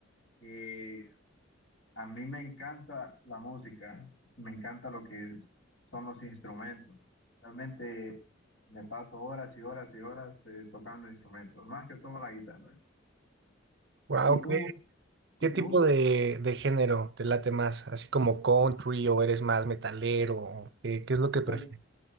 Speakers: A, on the left; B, on the right.
A: eh, a mí me encanta la música, me encanta lo que es- son los instrumentos. Realmente me paso horas y horas y horas eh, tocando instrumentos, más que todo la guitarra.
B: Wow,
A: ¿Y tú?
B: ¿qué,
A: ¿Y
B: qué
A: tú?
B: tipo de, de género te late más? ¿Así como country o eres más metalero? o ¿Qué, qué es lo que
A: Pues,
B: prefieres?